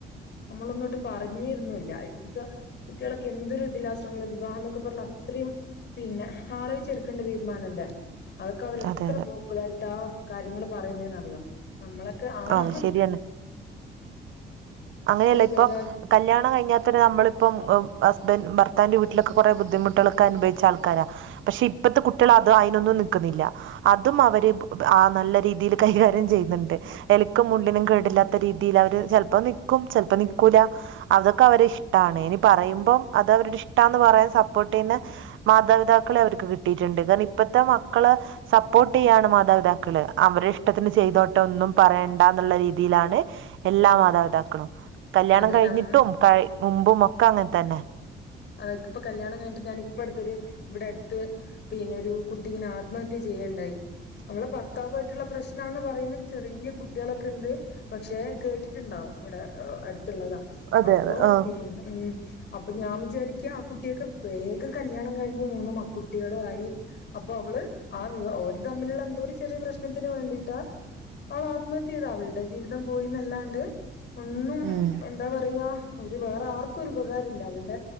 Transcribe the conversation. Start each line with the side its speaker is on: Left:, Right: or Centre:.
Left: നമ്മളൊന്നോട്ട് പറഞ്ഞിരുന്നൂല്ല ഇപ്പോത്ത കുട്ട്യളൊക്കെ എന്തൊരു ഇതിലാ ശ്രമോള്ളെ വിവാഹംന്നോക്ക പറഞ്ഞ അത്രയും പിന്നെ ആലോയിച്ചെടുക്കണ്ട തീരുമാനല്ലേ അതൊക്കെ അവര് എത്ര
Right: അതെ അതെ
Left: ബോ ഇതിയിട്ടാ കാര്യങ്ങള് പറയുന്നെന്നറിയോ നമ്മളൊക്കെ ആഹ്
Right: അത് ശരിയാണ് അങ്ങനെയല്ല
Left: പേരായി
Right: ഇപ്പം കല്യാണം കഴിഞ്ഞാതെന്നെ നമ്മളിപ്പം ഹസ്ബന്റ് ഭർത്താവിന്റെ വീട്ടിലൊക്കെ കൊറേ ബുദ്ധിമുട്ടുകളൊക്ക അനുഭവിച്ച ആൾക്കാരാ പക്ഷെ ഇപ്പത്തെ കുട്ട്യള് അത് അയിനൊന്നും നിക്കുന്നില്ല അതും അവര് ആഹ് നല്ല രീതിയിൽ കൈകാര്യം ചെയ്യ്ന്ന്ണ്ട്. എലക്കും മുള്ളിനും കേടില്ലാത്ത രീതിയിൽ അവര് ചെൽപ്പം നിക്കും ചെൽപ്പം നിക്കൂല. അതൊക്കെ അവരെ ഇഷ്ടാണ് ഇനി പറയുമ്പം അത് അവരുടെ ഇഷ്ട എന്ന് പറയാൻ സപ്പോർട്ട് ചെയ്യുന്ന മാതാപിതാക്കളെ അവർക്ക് കിട്ടിയിട്ട്ണ്ട് കാര്ണം ഇപ്പത്തെ മക്കള് സപ്പോർട്ട് ചെയ്യാണ് മാതാപിതാക്കള് അവരെ ഇഷ്ടത്തിന് ചെയ്തോട്ടെ ഒന്നും പറയണ്ടാന്നുള്ള രീതിയിലാണ് എല്ലാ മാതാപിതാക്കളും. കല്യാണം
Left: അത്
Right: കഴിഞ്ഞിട്ടും
Left: നം
Right: കഴി മുൻപും ഒക്കെ അങ്ങൻതന്നെ.
Left: ആഹ് ഇക്ക് പ്പ കല്യാണം കഴിഞ്ഞിട്ട് ഞാൻ ഇപ്പ അട്ത്തൊരു ഇവിടെ അടുത്ത് പിന്നെ ഒരു കുട്ടിങ്ങെനെ ആത്മഹ ത്യ ചെയ്യ് ണ്ടായി. അവളെ ഭർത്താവു ആയിട്ടുള്ള പ്രശ്നാന്ന് പറയുന്ന് ചെറിയ കുട്ട്യേളൊക്കെ ണ്ട്. പക്ഷെ കേട്ടിട്ടുണ്ടാവും ഇവടെ അടുത്തുള്ളതാ
Right: അതെ
Left: അപ്പോ
Right: അതെ ആഹ്
Left: പിന്നെ ഉം അപ്പൊ ഞാൻ വി ചാരിക്ക്യാ ആ കുട്ടിയൊക്കെ വേഗം കല്യാണം കഴിഞ്ഞ് മൂന്ന് മ കുട്ടികളും ആയി. അപ്പൊ അവള് ആ വ് ഓര് തമ്മിലുള്ള എന്തോ ഒരു ചെറിയ പ്രശ്നത്തിന് വേണ്ടിയിട്ടാ അവളാത്മ ഹത്യ ചെയ്ത്. അവൾടെ ജീവിതം പോയീന്നല്ലാണ്ട് ഒന്നും
Right: ഉം
Left: എ ന്താ പറയാ ഒരു വേറെ ആർക്കും ഉപകാരല്ല അവൾടെ